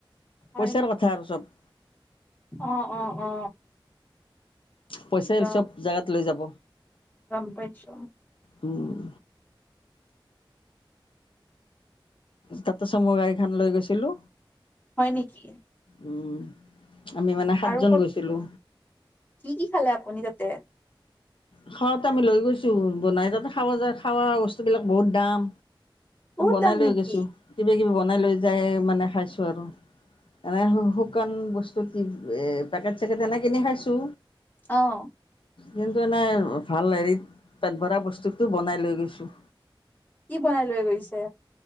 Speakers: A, on the left; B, on the left.
A: হয়
B: পইচাৰ
A: নেকি?
B: কথা আৰু চব।
A: অ', অ', অ।
B: পইচাই
A: যাম
B: চব জাগাত লৈ যাব।
A: গম পাইছো।
B: উম। তাতে চুমু গাড়ীখন লৈ গৈছিলো।
A: হয় নেকি?
B: উম। আমি মানে সাতজন
A: আৰু ক'ত
B: গৈছিলো।
A: কি কি খালে আপুনি তাতে।
B: খাৱাটো আমি লৈ গৈছো বনাই, তাতে খাৱা যায় খাৱা বস্তুবিলাক বহুত দাম।
A: বহুত
B: বনাই
A: দাম
B: লৈ
A: নেকি?
B: গৈছো, কিবা কিবি বন বনাই লৈ যাই মানে খাইছো আৰু। এনেই শুকান বস্তু এ পেকেট-চেকেট এনেই কিনি খাইছো।
A: অঁ।
B: কিন্তু এনেই ভাল হেৰিত পেট ভৰা বস্তুটো বনাই লৈ গৈছো।
A: কি বনাই লৈ গৈছে?